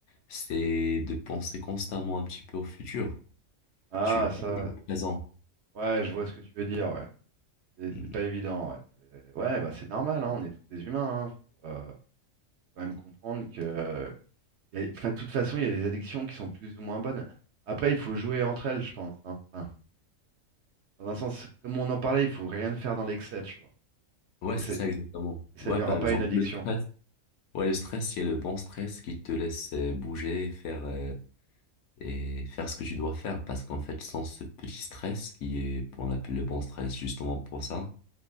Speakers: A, on the left; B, on the right.
A: c'est de penser constamment un petit peu au futur.
B: Ah,
A: Je suis pas
B: ça.
A: toujours présent.
B: Ouais, je vois ce que tu veux dire, ouais. C'est
A: Mm.
B: c'est pas évident, ouais. C'est- Ouais, bah c'est normal, hein, on est tous des humains, hein. Faut, euh, faut quand même comprendre que, euh, y a- enfin, de toute façon, il y a des addictions qui sont plus ou moins bonnes. Après, il faut jouer entre elles, je pense, hein. Enfin, dans un sens, comme on en parlait, il faut rien faire dans l'excès, tu vois.
A: Ouais,
B: Et,
A: c'est
B: c'est-
A: ça exactement.
B: et ça
A: Ouais,
B: ne durera
A: par
B: pas
A: exemple,
B: une addiction.
A: le stress. Ouais, le stress, il y a le bon stress qui te laisse euh, bouger et faire, euh, et faire ce que tu dois faire. Parce qu'en fait, sans ce petit stress, qui est, on l'appelle le bon stress justement pour ça,